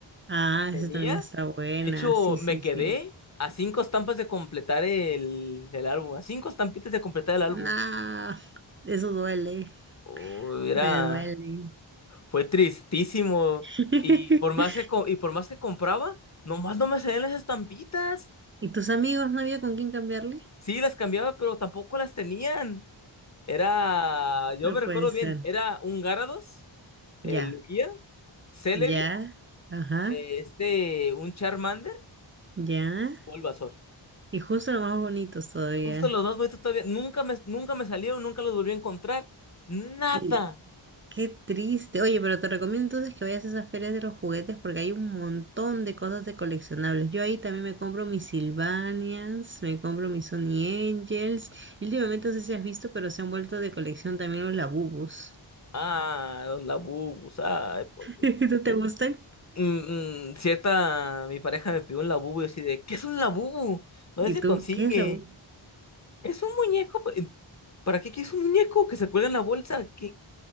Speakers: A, on the right; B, on the left.
A: Ah,
B: Tenía,
A: esa también está buena.
B: de hecho,
A: Sí,
B: me
A: sí,
B: quedé
A: sí.
B: a cinco estampas de completar el, el álbum, a cinco estampitas de completar el
A: Nah,
B: álbum.
A: eso duele.
B: Oh, era,
A: Me duele.
B: fue tristísimo,
A: <laughs>
B: y por más que, co- y por más que compraba, nomás no me salían las estampitas.
A: ¿Y tus amigos no había con quién cambiarle?
B: Sí, las cambiaba, pero tampoco las tenían. Era, yo
A: No
B: me
A: puede
B: recuerdo
A: ser.
B: bien, era un Gyarados, el
A: Ya,
B: Lugia, Celebi,
A: ya, ajá,
B: eh, este, un Charmander
A: ya.
B: o el Bulbasaur.
A: Y justo los más bonitos todavía.
B: Justo los más bonitos todavía, nunca me, nunca me salieron, nunca los volví a encontrar. Nada.
A: Y Qué triste. Oye, pero te recomiendo entonces que vayas a esas ferias de los juguetes porque hay un montón de cosas de coleccionables. Yo ahí también me compro mis Sylvanias, me compro mis Sony Angels. Y últimamente no sé si has visto, pero se han vuelto de colección también los Labubus.
B: Ah, los Labubus, ay, por Dios.
A: <laughs> ¿No te gustan?
B: Mm, mm, cierta, mi pareja me pidió un Labubu y yo así de, ¿qué es un Labubu? ¿Dónde
A: ¿Y
B: se
A: tú
B: consigue?
A: qué es Labu?
B: Es un muñeco. pa- eh, ¿Para qué quieres un muñeco que se cuelga en la bolsa? ¿Qué?